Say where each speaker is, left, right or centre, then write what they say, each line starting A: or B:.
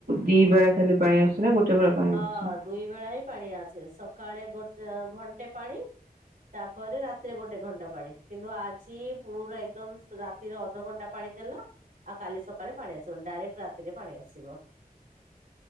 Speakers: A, on the right (about 80°); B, on the right (about 60°).
A: ଦି ବେଳା ଖାଲି ପାଣି ଆସୁଛି ନା ଗୋଟେ ବେଳେ ପାଣି
B: ହଁ
A: ଆସୁଛି।
B: ଦୁଇ ବେଳା ହିଁ ପାଣି ଆସେ ସକାଳେ ଗୋଟେ ଘଣ୍ଟେ ପାଣି ତାପରେ ରାତିରେ ଗୋଟେ ଘଣ୍ଟା ପାଣି କିନ୍ତୁ ଆଜି ପୁରା ଏକଦମ ସ ରା ତିରେ ଅଧଘଣ୍ଟା ପାଣି ଦେଲା ଆଉ କାଲି ସକାଳେ ପାଣି ଆସିବନି ଡାଇରେକ୍ଟ ରାତିରେ ପାଣି ଆସିବ।